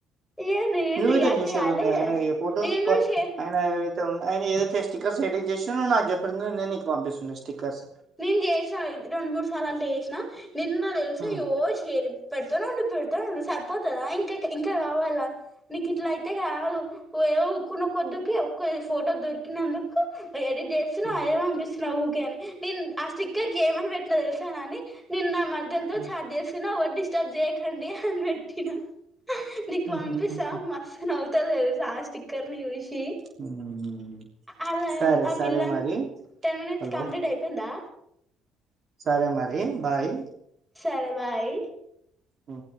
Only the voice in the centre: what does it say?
ఏ నేను
రియాక్ట్
కాలే ఇగ
నేను
కూడా షేర్
నేను చేసా ఇది రెండు మూడు సార్లు అట్లా చేసినా నిన్న తెలుసా
ఎవరు సెయ్యర్ పెడతానే ఉంది పెడతానే ఉంది సరిపోతదా ఇంకా ఇంకా కావాలా నీకు ఇట్లా అయితే కాదు ఏదో ఊకున్న కొద్దికీ ఒక్క ఫోటో దొరికినందుకు ఎడిట్ చేస్తున్న
అదే పంపిస్ నవుకనే నేను ఆ స్టిక్కర్ కి ఏమని వెట్టినా తెలిసా నాని నిన్న మ దల్ తో
చాట్ చేస్తున్న వద్దు డిస్టర్బ్ చేయకండి అని పెట్టినా నీకు
పంపిస్తా
మస్తు నవుతాది తెలుసా ఆ స్టిక్కర్ ని చూసి
అలా
ఆ
పిల్ల
టెన్ మినిట్స్
కంప్లీట్ అయిపో వుందా
సరే బాయ్